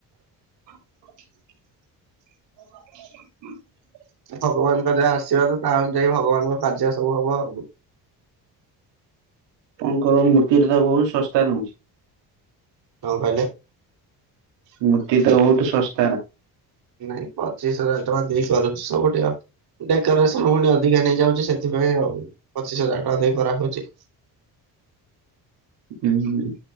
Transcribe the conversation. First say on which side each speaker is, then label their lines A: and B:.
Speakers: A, on the right; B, on the right.
A: <unintelligible>
B: ଭଗବାନଙ୍କର ଯାହା ଆସୀବାଦ ତା ଅନୁଯାୟୀ ଭଗବାନଙ୍କ କାର୍ଯ୍ୟ ସବୁ ହବ ଆଉ।
A: ଆପଣଙ୍କର ମୂର୍ତ୍ତିରେ ତ ବହୁତ ଶସ୍ତା ନୋଉଚି।
B: କଁ କହିଲେ?
A: ମୂର୍ତ୍ତି ଟା ବହୁତ ଶସ୍ତା।
B: ନାଇଁ ପଚିଶି ହଜାର ଟଙ୍କା ଦେଇପାରୁଚୁ ସବୁଠି ଆଉ। ଡେକୋରେସନ ପୁଣି ଅଧିକା ନେଇଯାଉଚି ସେଥିପାଇଁ ଆଉ ପଚିଶ ହଜାର ଟଙ୍କା ଦେଇ କରାହଉଚି।
A: ହୁଁ।